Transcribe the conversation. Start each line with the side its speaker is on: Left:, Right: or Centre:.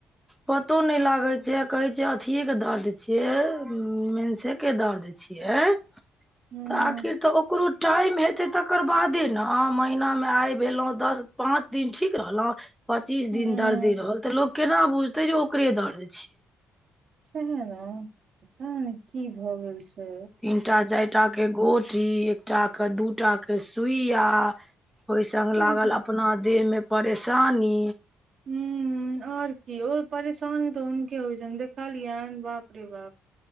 Centre: पतो नहि लागे छै कहे छ अथिये के दर्द छिये मेंसे के दर्द छै। छियै
Right: हूँ
Centre: तऽ आखिर तऽ ओ ककरो टाइम हेतै तकर बादे ने, महीनामे आइ भेलहुँ दस पाँच दिन ठीक रहलहुँ पचीस
Right: हूँ
Centre: दिन दर्दे रहल ते लोक केना बुझते जे ओकरे दर्द छै।
Right: सही मे पता नै की भऽ गेल छै।
Centre: तीनटा चारि टा के गोटी, एकटा के दूटा के सुइया ओहिसंग
Right: सएह
Centre: लागल
Right: ने
Centre: अपना देह मे परेशानी।
Right: हूँ। और की ओ परेशानी तऽ हुनके होइ छैन देखलियैन बाप रे बाप।